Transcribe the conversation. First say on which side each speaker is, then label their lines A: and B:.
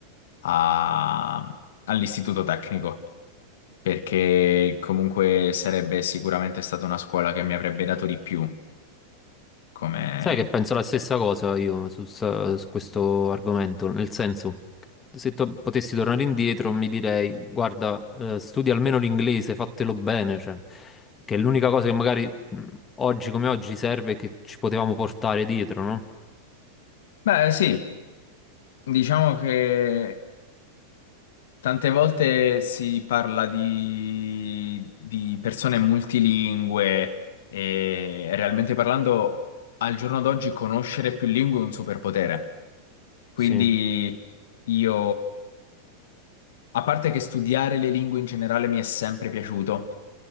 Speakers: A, on the left (about 60°); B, on the left (about 20°).
A: a- all'istituto tecnico, perché comunque sarebbe sicuramente stata una scuola che mi avrebbe dato di più come...
B: Sai che penso la stessa cosa io su, s- su questo argomento, nel senso, se to- potessi tornare indietro mi direi, guarda, eh, studia almeno l'inglese, fatelo bene, cioè, che è l'unica cosa che magari mh, oggi come oggi serve e che ci potevamo portare dietro, no?
A: Beh, sì, diciamo che Tante volte si parla di, di persone multilingue e realmente parlando, al giorno d'oggi conoscere più lingue è un superpotere. Quindi
B: Sì.
A: io, a parte che studiare le lingue in generale mi è sempre piaciuto,